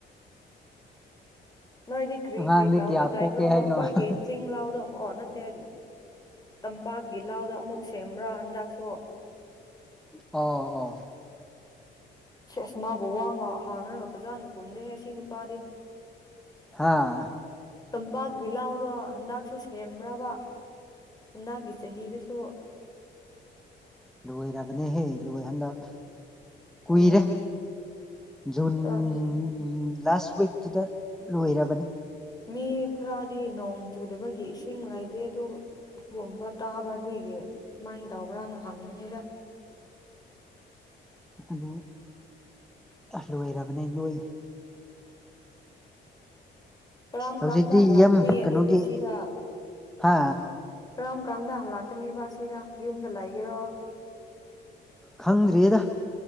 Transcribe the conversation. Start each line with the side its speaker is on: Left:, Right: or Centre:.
Left: ꯅꯣꯏꯗꯤ ꯀ꯭ꯔꯤ
Centre: ꯑꯉꯥꯡꯗꯤ
Left: ꯀ꯭ꯔꯤ ꯇꯧꯔꯒ
Centre: ꯀꯌꯥ
Left: ꯂꯩꯕ꯭ꯔꯣ
Centre: ꯄꯣꯛꯀꯦ
Left: ꯑꯩꯈꯣꯏꯒꯤ
Centre: ꯍꯥꯏꯅꯣ ꯑꯣ
Left: ꯆꯤꯡ ꯂꯥꯎꯗꯣ ꯑꯃꯨꯛꯑꯣ ꯅꯠ ꯇꯦ ꯇꯝꯄꯥꯛꯀꯤ ꯑ ꯂꯥꯎꯗ ꯑꯃꯨꯛ ꯁꯦꯝꯕ꯭ꯔꯥ ꯍꯟꯗꯛꯁꯨ
Centre: ꯑꯣ ꯑꯣ
Left: ꯁꯦꯁ ꯃꯥꯕꯨ ꯋꯥ ꯉꯥ ꯍꯥꯡꯔꯒ ꯐꯖꯅ ꯈꯨꯝꯗꯦꯍꯦ ꯁꯤ ꯅꯨꯄꯥꯗꯤ
Centre: ꯍꯥꯥ
Left: ꯇꯝꯄꯥꯛꯒꯤ ꯂꯥꯎꯗꯣ ꯍꯟꯗꯛꯁꯨ ꯁꯦꯝꯕ꯭ꯔꯕ ꯍꯟꯗꯛꯀꯤ ꯆꯍꯤꯗꯁꯨ
Centre: ꯂꯣꯏꯔꯕꯅꯦꯍꯦ ꯂꯣꯏ ꯍꯟꯗꯛ ꯀꯨꯏꯔꯦ
Left: ꯑꯥ
Centre: ꯖꯨꯟ
Left: ꯑꯥ
Centre: ꯎꯝ ꯂꯥꯁ ꯋꯤꯛꯇꯨꯗ ꯂꯣꯏꯔꯕꯅꯦ
Left: ꯃꯤ ꯈꯔꯗꯤ ꯅꯣꯡ ꯆꯨꯗꯕꯒꯤ ꯏꯁꯤꯡ ꯂꯩꯇꯦ ꯑꯗꯨ ꯑꯗꯨꯒꯨꯝꯕ ꯇꯥꯕ ꯑꯗꯨꯏꯒꯤ ꯀꯃꯥꯏꯅ ꯇꯧꯕ꯭ꯔꯅ ꯍꯪꯕꯅꯤꯗ
Centre: ꯑꯗꯣ ꯂꯣꯏꯔꯕꯅꯤ ꯅꯣꯏ
Left: ꯀꯔꯝ
Centre: ꯍꯧꯖꯤꯛꯇꯤ
Left: ꯀꯥꯟꯗ ꯍꯜꯂꯛꯀꯅꯤ
Centre: ꯌꯥꯝ ꯀꯩꯅꯣꯒꯤ
Left: ꯑꯗꯨꯗꯤ ꯁꯤꯗ
Centre: ꯍꯥ
Left: ꯀꯔꯝ ꯀꯥꯟꯗ ꯍꯜꯂꯛꯀꯅꯦꯕ ꯁꯤꯗ ꯌꯨꯝꯗ ꯂꯩꯒꯦꯔꯣ
Centre: ꯈꯪꯗ꯭ꯔꯤꯌꯦꯗ